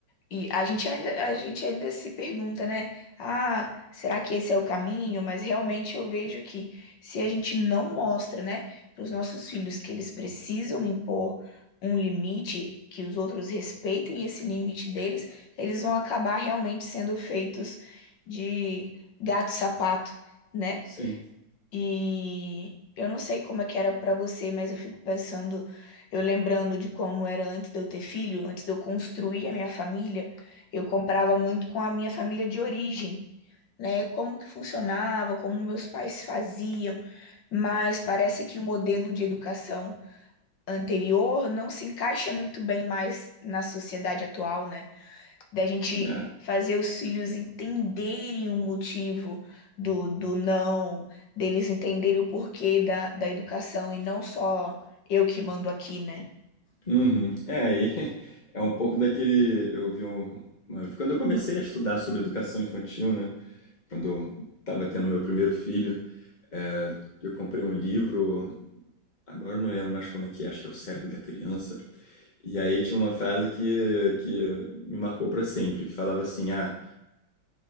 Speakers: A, on the left; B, on the left.
A: E a gente ainda, a gente ainda se pergunta, né? Ah, será que esse é o caminho? Mas realmente eu vejo que se a gente não mostra, né, para os nossos filhos que eles precisam impor um limite, que os outros respeitem esse limite deles, eles vão acabar realmente sendo feitos de gato-sapato, né?
B: sim.
A: E eu não sei como é que era pra você, mas eu fico pensando, eu lembrando de como era antes de eu ter filho, antes de eu construir a minha família, eu comprava muito com a minha família de origem, né? Como que funcionava, como meus pais faziam, mas parece que o modelo de educação anterior não se encaixa muito bem mais na sociedade atual, né? da gente
B: É.
A: fazer os filhos entenderem o motivo do, do não, deles entenderem o porquê da, da educação e não só eu que mando aqui, né?
B: Uhum. É, aí <laughs> é um pouco daquele. Eu vi um. uma- Quando eu comecei a estudar sobre educação infantil, né? Quando eu estava tendo meu primeiro filho, é, eu comprei um livro, agora eu não lembro mais como é que é, acho que é O Cérebro da Criança. E aí tinha uma frase que, que me marcou para sempre, que falava assim: ah,